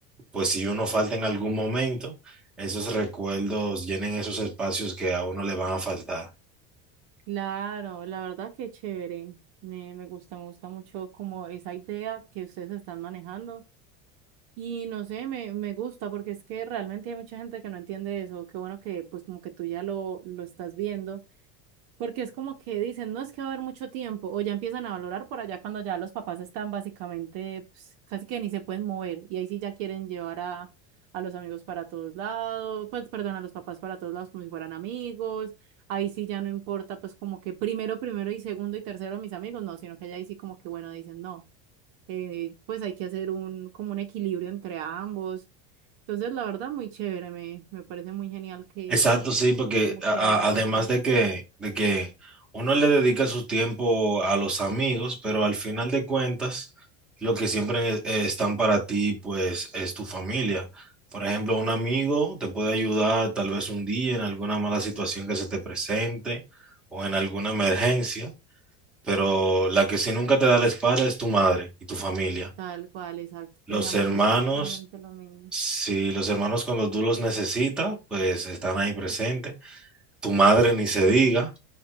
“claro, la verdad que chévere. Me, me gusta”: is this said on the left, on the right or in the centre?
Right